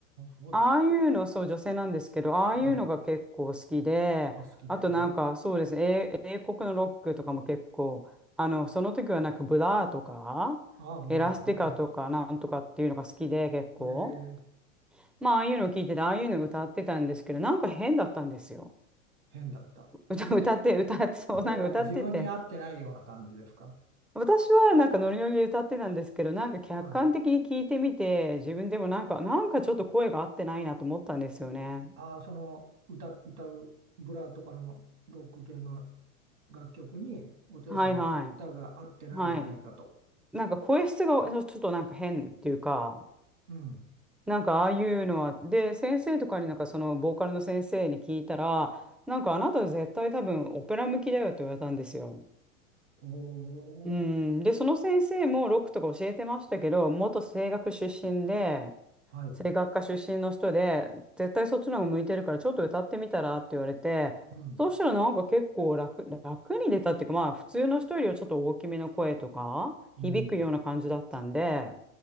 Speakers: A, on the right; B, in the centre.
A: そうですか。
B: ああいうの、そう、女性なんですけど、ああいうのが結構好きで、
A: うん。あ、好きで。
B: あとなんか、
A: うん。
B: そうですね、英、英国のロックとかも結構、あの、その時はなんかブラーとか、
A: ああ、僕はね。
B: エラスティカとかなんとかっていうのが好きで結構、
A: ああそうええ、
B: まあ、ああいうのを聞いてて、ああいうの歌ってたんですけど、なんか変だったんですよ。
A: 変だった。
B: 歌、
A: 自分に、
B: 歌って、歌って、そう、
A: それは自分に合ってないような感じですか。
B: なんか歌ってて。私はなんかノリノリで歌ってたんですけど、なんか客観的に聞いてみて、
A: はい。
B: 自分でもなんか、なんかちょっと声が合ってないなと思ったんですよね。
A: ああ、その歌、歌うブラとかのロック系の楽曲にお嬢さんの歌が合ってないんじゃないかと。
B: はいはい。はい。なんか声質がちょちょっとなんか変っていうか、
A: うん。
B: なんかああいうのは、で、先生とかになんかそのボーカルの先生に聞いたら、なんかあなた絶対多分オペラ向きだよって言われたんですよ。
A: おお、
B: うん、で、その先生もロックとか教えてましたけど、元声楽出身で、
A: はい。
B: 声楽科出身の人で、絶対そっちの方が向いてるからちょっと歌ってみたらって言われて、
A: うん。
B: そうしたらなんか結構楽、楽に出たっていうか、まあ普通の人よりはちょっと大きめの声とか、響くような感じだったんで、
A: うん。